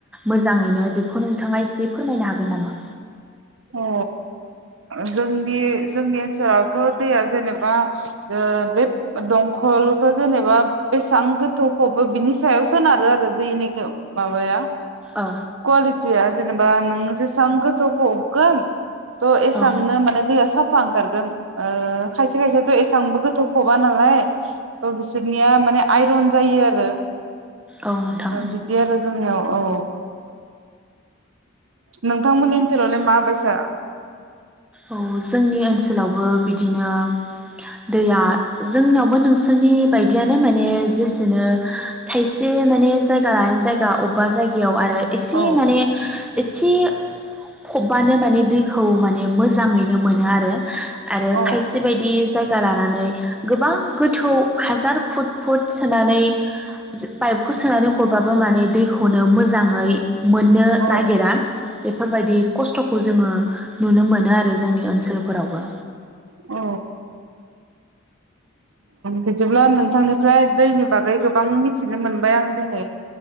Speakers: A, in the centre; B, on the right (about 70°).
A: मोजाङैनो बेखौ नोंथाङा एसे फोरमायनो हागोन नामा?
B: अ जोंनि जोंनि ओनसोलावथ' दैया जेनेबा ओ बे दंखलखौ जेनेबा बेसेबां गोथौ फबो बिनि सायाव सोनारो आरो दैनि माबाया
A: औ
B: कवालिटिया जेनेबा नोङो जेसेबां गोथौ फब गोन थ' एसेबांनो
A: औ
B: माने दैया साफा ओंखारगोन। ओ खायसे खायसेथ' एसेबांबो गोथौ फबा नालाय औ बिसोरनिया माने आइरन जायो आरो।
A: औ नोंथां
B: बिदि आरो जोंनियाव। औ। नोंथांमोननि ओनसोलावलाय मा बायसार।
A: औ जोंनि ओनसोलावबो बिदिनो दैया जोंनावबो नोंसोरनि बायदियानो माने जेसेनो खायसे माने जायगा लानानै जायगा अबेबा जायगायाव आरो एसे
B: औ
A: माने। एसे फबबानो माने दैखौ माने मोजां। मोजाङैनो मोनो आरो। आरो
B: औ
A: खायसे बायदि जाय। दा लानानै गोबां गोथौ हाजार फुट फुट सोनानै पाइपखौ सोनानै हरबाबो माने दैखौनो मोजाङै। मोननो
B: औ
A: नागिरा। बेफोरबायदि खस्थ'खौ जोङो नुनो मोनो आरो। जोंनि ओनसोलफोरावबो।
B: औ। बिदिब्ला नोंथांनिफ्राय दैनि बागै गोबां मिथिनो मोनबाय आं दिनै।